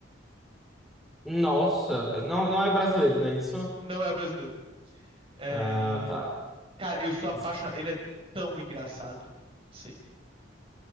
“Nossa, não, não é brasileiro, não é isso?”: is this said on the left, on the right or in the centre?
Centre